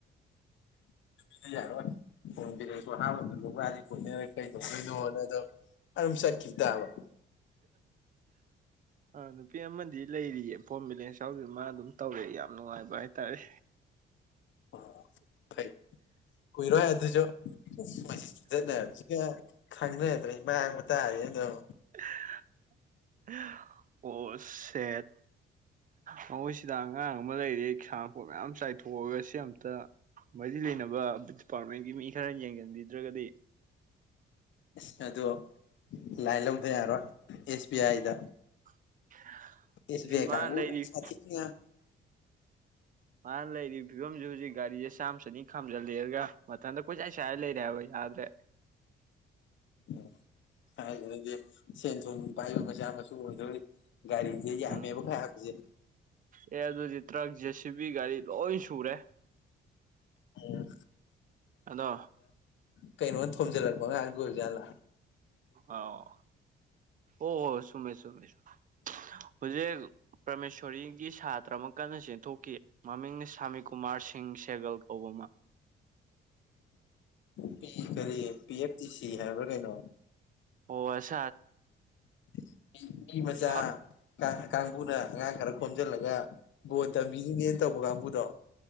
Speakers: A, on the left; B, on the right.
A: ꯑꯗꯨꯗꯤ ꯌꯥꯔꯣꯏ ꯐꯣꯟ ꯕꯦꯂꯦꯟꯁꯐꯧ ꯍꯥꯞ ꯉꯝꯗꯕ ꯅꯨꯄꯥꯗꯤ ꯀꯣꯏꯅꯔ ꯀꯩꯗꯧꯗꯣꯏꯅꯣꯅ ꯑꯗꯨꯝ ꯑꯝ ꯆꯠꯈꯤ ꯇꯥꯕ
B: ꯑ ꯅꯨꯄꯤ ꯑꯃꯗꯤ ꯂꯩꯔꯤꯌꯦ ꯐꯣꯟ ꯕꯤꯂꯦꯟꯁ ꯌꯥꯎꯗ꯭ꯔ ꯃꯥ ꯑꯗꯨꯝ ꯇꯧꯔꯛꯑꯦ ꯌꯥꯝ ꯅꯨꯡꯉꯥꯏꯕ ꯍꯥꯏꯇꯥꯔꯦ
A: ꯑꯣ ꯐꯩ ꯀꯨꯏꯔꯣꯏ ꯑꯗꯨꯖꯨ ꯃꯁꯤ ꯆꯨꯗꯠꯅꯕꯖꯤꯒ ꯈꯪꯅ <unintelligible>
B: <unintelligible> ꯑꯣ ꯁꯦꯠ ꯃꯣꯏꯁꯤꯗ ꯑꯉꯥꯡ ꯑꯃ ꯂꯩꯔꯦ ꯁꯥꯅꯄꯣꯠ ꯃꯌꯥꯝ ꯆꯥꯏꯊꯣꯛꯑꯒ ꯁꯤ ꯑꯝꯇ ꯃꯔꯤ ꯂꯩꯅꯕ ꯗꯤꯄꯥꯔꯠꯃꯦꯟꯒꯤ ꯃꯤ ꯈꯔ ꯌꯦꯡꯖꯟꯕꯤꯗ꯭ꯔꯒꯗꯤ
A: ꯏꯁ ꯑꯗꯣ ꯂꯥꯏꯟ ꯂꯧꯗ ꯌꯥꯔꯣꯏ ꯑꯦꯁ ꯕꯤ ꯑꯥꯏꯗ
B: <unintelligible>
A: ꯑꯦꯁ_ꯕꯤ_ꯑꯥꯏ
B: ꯑꯁꯤ ꯃꯥꯅ
A: ꯀꯥꯡꯒꯨ
B: ꯂꯩꯔꯤ
A: ꯁꯥꯠꯊꯤꯝꯅꯤꯌꯥ
B: ꯃꯥꯅ ꯂꯩꯔꯤ ꯐꯤꯕꯝꯁꯦ ꯍꯨꯖꯤꯛ ꯒꯥꯔꯤꯁꯦ ꯆꯥꯝ ꯆꯅꯤ ꯈꯥꯝꯖꯜꯂꯦꯔꯒ ꯃꯊꯟꯗ ꯀꯣꯏꯆꯥꯏ ꯆꯥꯏꯔ ꯂꯩꯔꯦ ꯍꯥꯏꯕ ꯌꯥ ꯌꯥꯗ꯭ꯔꯦ
A: ꯑꯣ ꯍꯥꯏꯗꯨꯅꯗꯤ ꯁꯦꯟ ꯊꯨꯝ ꯄꯥꯏꯕ ꯃꯆꯥ ꯃꯁꯨꯨ ꯑꯣꯏꯗꯣꯔꯤ ꯒꯥꯔꯤꯁꯦ ꯌꯥꯝꯃꯦꯕ
B: ꯎꯝ
A: ꯈꯥꯏꯔꯛꯄꯁꯦ
B: ꯑꯦ ꯑꯗꯨꯗꯤ ꯇ꯭ꯔꯛ ꯖꯦꯁꯤꯕꯤ ꯒꯥꯔꯤ ꯂꯣꯏ ꯁꯨꯔꯦ
A: <unintelligible>
B: ꯑꯗꯣ
A: ꯀꯩꯅꯣꯅ ꯊꯣꯝꯖꯜꯂꯛꯄ ꯑꯉꯥꯡꯗꯨ ꯑꯣꯏꯔꯤꯖꯥꯠꯂꯥ
B: ꯑꯥꯎ ꯍꯣ ꯍꯣ ꯆꯨꯝꯃꯦ ꯆꯨꯝꯃꯦ ꯆꯨꯝ ꯍꯧꯖꯤꯛ ꯄ꯭ꯔꯃꯦꯁꯣꯔꯤꯒꯤ ꯁꯥꯇ꯭ꯔ ꯑꯃ ꯀꯟꯅ ꯆꯦꯟꯊꯣꯛꯈꯤ ꯃꯃꯤꯡꯅ ꯁꯥꯃꯤꯀꯨꯃꯥꯔ ꯁꯤꯡ ꯁꯦꯒꯜ ꯀꯧꯕ ꯑꯃ
A: ꯄꯤ ꯀꯔꯤ ꯄꯤ ꯑꯦꯐ ꯇꯤ ꯁꯤ ꯍꯥꯏꯕ꯭ꯔꯥ ꯀꯩꯅꯣ
B: ꯍꯣ ꯑꯁ
A: <unintelligible> ꯃꯤ ꯃꯆꯥ
B: ꯑꯠꯆꯥ
A: ꯀꯥꯡ ꯀꯥꯡꯕꯨꯅ ꯑꯉꯥꯡ ꯈꯔ ꯈꯣꯝꯖꯤꯜꯂꯒ ꯕꯣꯟ ꯇꯝꯕꯤꯔꯤꯅꯦ ꯇꯧꯕ ꯀꯥꯡꯕꯨꯗꯣ